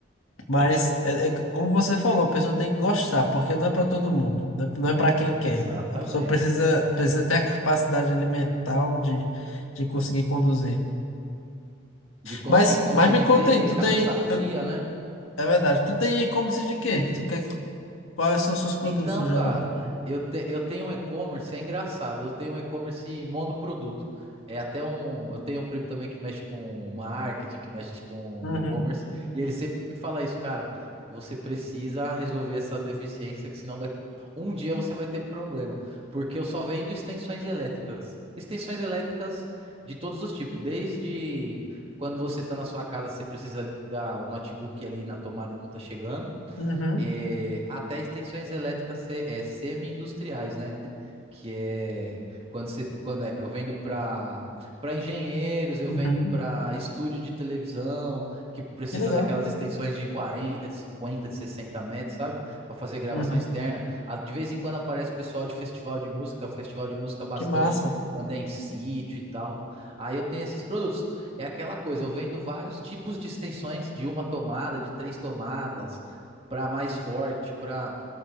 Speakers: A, on the left; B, on the right.
A: Mas, é, é c- como você falou, a pessoa tem que gostar, porque não é para todo mundo. Não é, não é para quem quer.
B: Exatamente.
A: A pessoa precisa, precisa ter a capacidade ali mental de, de conseguir conduzir.
B: De conseguir
A: Mas,
B: conduzir,
A: mas me
B: de
A: conta
B: ter
A: aí, tu
B: cabeça
A: tem.
B: fria,
A: eu-
B: né?
A: é verdade, tu tem e-commerce de quê? Tu quer, quais são os seus produtos
B: Então,
A: no geral?
B: cara, eu, te- eu tenho um e-commerce, é engraçado, eu tenho um e-commerce monoproduto. É até um. Eu tenho um primo também que mexe com marketing, que mexe com
A: Uhum,
B: e-commerce, e ele sempre me fala isso, cara. Você precisa resolver essa deficiência, que senão daqui, um dia você vai ter problema. Porque eu só vendo extensões elétricas. Extensões elétricas de todos os tipos, desde quando você está na sua casa, você precisa ligar o notebook ali na tomada e não está chegando
A: uhum,
B: é, até extensões elétricas se- é, semi-industriais, né? Que é quando você quando é, eu vendo para para engenheiros, eu
A: uhum.
B: vendo para estúdio de televisão, que precisa
A: Que legal.
B: daquelas extensões de 40, de 50, de 60 metros, sabe? Para fazer gravação
A: Uhum.
B: externa. Ah, De vez em quando aparece pessoal de festival de música, festival de música bastante,
A: Que massa. <laughs>
B: quando é em sítio e tal. Aí eu tenho esses produtos. É aquela coisa, eu vendo vários tipos de extensões, de uma tomada, de três tomadas, para mais forte, para